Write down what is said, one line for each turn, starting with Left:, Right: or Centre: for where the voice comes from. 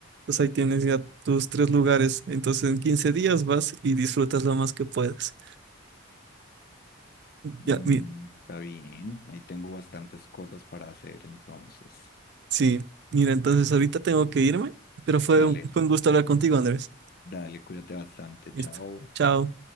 Right: pues ahí tienes ya tus tres lugares. Entonces, en 15 días vas y disfrutas lo más que puedas.
Left: Mm,
Right: Ya, mi-
Left: Está bien, ahí tengo bastantes cosas para hacer entonces.
Right: Sí, mira, entonces ahorita tengo que irme, pero fue
Left: Dale,
Right: un, fue un gusto hablar contigo, Andrés.
Left: dale, cuídate bastante,
Right: Listo.
Left: chao.
Right: Chao.